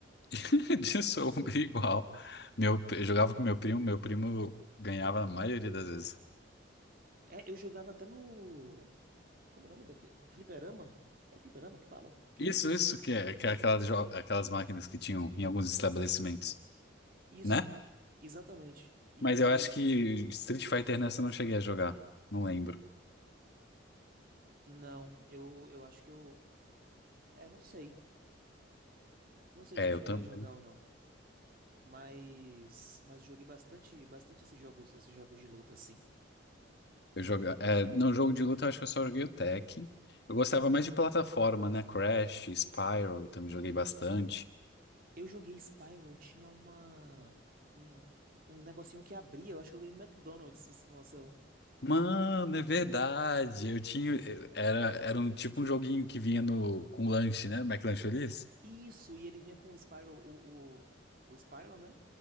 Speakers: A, on the left (about 55°); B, on the right (about 45°).
A: <laughs> De sombra igual. Meu, eu jogava com meu primo, meu primo ganhava a maioria das vezes.
B: É, eu jogava até no, como é o nome daquele, no fliperama? É fliperama que fala? Aquele,
A: Isso, isso que é, que é aquelas, jo- aquelas máquinas que tinham em alguns estabelecimentos,
B: isso,
A: né?
B: exatamente. E
A: Mas eu acho que Street Fighter nessa eu não cheguei a jogar. Não lembro.
B: não, eu eu acho que eu, é, não sei. Não sei
A: É,
B: se eu cheguei
A: eu também.
B: a jogar ou não, mas mas eu joguei bastante, bastante esses jogos, esses jogos de luta assim.
A: Eu joga... é, não, jogo de luta eu acho que eu só joguei o Tekken. Eu gostava mais de plataforma, né? Crash, Spyro, também joguei bastante.
B: Eu joguei Spyro, tinha uma. Um, um negocinho que abria, eu acho que eu ganhei no McDonald's, pra vocês terem noção.
A: Mano, é verdade. Eu tinha. eu- Era, era um tipo um joguinho que vinha no, com lanche, né? McLancholis.
B: Isso, e ele vinha com o Spyro, o, o, o Spyro, né?